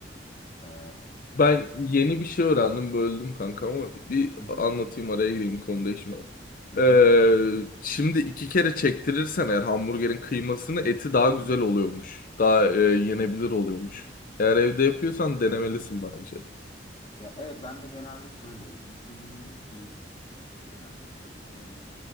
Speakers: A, on the left; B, on the left.
A: Ee, hı
B: Ben yeni bir şey öğrendim, böldüm kanka ama bir
A: hı,
B: anlatayım araya gireyim konu değişmeden.
A: hı hı,
B: Ee, şimdi iki kere çektirirsen eğer hamburgerin kıymasını eti daha güzel oluyormuş. Daha e, yenebilir oluyormuş. Eğer evde yapıyorsan denemelisin
A: hı hı.
B: bence.
A: Ya evet ben de genelde şöyle yüzde yirmilik bir e, et alıyorum. Yani işte 80'i